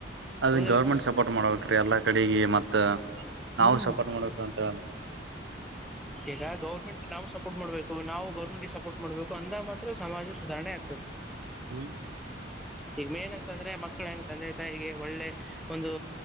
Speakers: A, on the right; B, in the centre.
A: ಅದ
B: ಹೌದಿಲ್ಲಪ್ಪ
A: ಗೌರ್ಮೆಂಟ್ ಸಪೋರ್ಟ್ ಮಾಡ್ಬೇಕ್ರೀ ಎಲ್ಲಾ ಕಡೆಗೆ ಮತ್ತ
B: ಹ್ಮ್
A: ನಾವು ಸಪೋರ್ಟ್ ಮಾಡ್ಬೇಕ ಅಂತ
B: ಈಗ ಗೌರ್ಮೆಂಟ್ ನಾವು ಸಪೋರ್ಟ್ ಮಾಡಬೇಕು, ನಾವು ಗೌರ್ಮೆಂಟ್ಗೆ ಸಪೋರ್ಟ್ ಮಾಡ್ಬೇಕು ಅಂದ ಮಾತ್ರ ಸಮಾಜ ಸುಧಾರಣೆ ಆಗ್ತದೆ.
A: ಹ
B: ಈಗ ಮೇನ್ ಅಂತ ಅಂದ್ರೆ ಮಕ್ಳ ಹೆಂಗ್ ತಂದೆ ತಾಯಿಗೆ ಒಳ್ಳೆ ಒಂದು